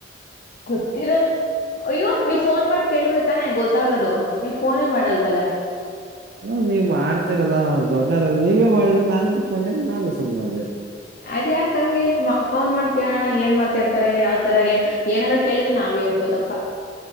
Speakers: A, on the left; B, on the right.
A: ಗೊತ್ತಿರಲ್ಲ ಅಯ್ಯೋ ನೀವ್ ಫೋನ್ ಮಾಡಿ ಕೇಳ್ರಿ ತಾನೆ ಗೊತ್ತಾಗೋದು ನೀವು ಫೋನೇ ಮಾಡಲ್ವಲ್ಲ
B: ಹ ನೀವ್ ಮಾಡ್ತಿರಲ್ಲ ದೊಡ್ಡರಲ್ಲ ನೀವೇ ಮಾಡಿದ ನಾನು ಚಿಕ್ ಮಾಡಿದ ನಾನು ಸುಮ್ನೆ ಅದೇ
A: ಅದ್ಯಾಕಂಗೆ ಫೋನ್ ಮಾಡ್ ಕೇಳೋಣ ಏನ್ ಮಾಡ್ತಾ ಇರ್ತಾರೆ ಯಾವ್ತರ ಏನ್ ಏನಾದ್ ಕೇಳಿದ್ರೆ ನಾವ್ ಹೇಳ್ಬೋದಪ್ಪಾ